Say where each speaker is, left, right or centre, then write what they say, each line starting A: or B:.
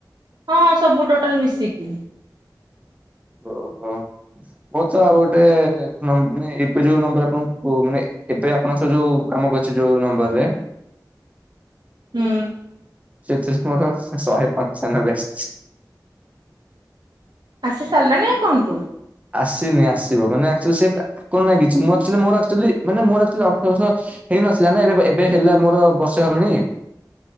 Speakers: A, on the right (about 70°); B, on the right (about 20°).
A: ହଁ ସବୁ ଟୋଟାଲ ମିଶିକି।
B: ଓହୋ ହୋ ତ, ଆଉ ଗୋଟେ ମାନେ ଯୋଉ ନମ୍ବର ଆପଣଙ୍କୁ ମାନେ <inaudible> ଏବେ ଆପଣଙ୍କ ସ ଯୋଉ କାମ କରିଛି ଯୋଉ ନମ୍ବରରେ
A: ହୁଁ
B: ସେଥିରେ ମୋର ଶହେ ପାଞ୍ଚ ଜଣ ବେଷ୍ଟ।
A: ଆସି ସାରିଲାଣିି ଆପଣଙ୍କୁ?
B: ଆସିନି ଆସିବ ମାନେ ଆକଚୁଆଲି ସେ ଆ କରନା କିଛି ମୁଁ ଆକଚୁଆଲି ମୋର ଆକଚୁଆଲି ମାନେ ଆକଚୁଆଲି ଅଠର ବର୍ଷ ହେଇନଥିଲା ନା ଏବେ ଏବେ ହେଲା ମୋର ବର୍ଷେ ହବଣି